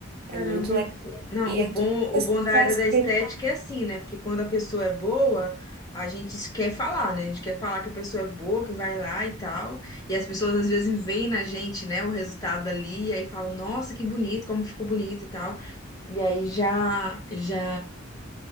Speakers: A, on the right; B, on the left.
A: É
B: Caramba.
A: muito legal.
B: Não,
A: E
B: o
A: é
B: bom,
A: tudo questão
B: o bom da
A: da
B: área
A: experiência.
B: da estética é assim, né? Porque quando a pessoa é boa, a gente quer falar, né? A gente quer falar que a pessoa é boa, que vai lá e tal. E as pessoas às vezes veem na gente, né, o resultado ali, e aí falam, nossa, que bonito, como ficou bonito e tal. E aí já, já,